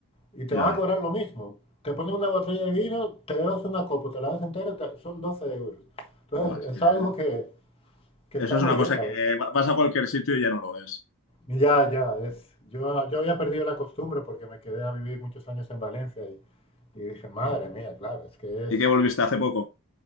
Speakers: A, on the left; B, on the left.
A: Y te
B: ya
A: van
B: ves.
A: a cobrar lo mismo. Te ponen una botella de vino, te bebas una copa, te la das entera, te- son 12 euros. Entonces
B: Buah, es que
A: es algo que, que
B: eso
A: está
B: es
A: muy
B: una
A: bien,
B: cosa
A: la
B: que
A: verdad.
B: va- vas a cualquier sitio y ya no lo ves.
A: Ya, ya, es. Yo, yo había perdido la costumbre porque me quedé a vivir muchos años en Valencia y, y dije, madre mía, claro, es que
B: ¿Y
A: es.
B: qué volviste hace poco?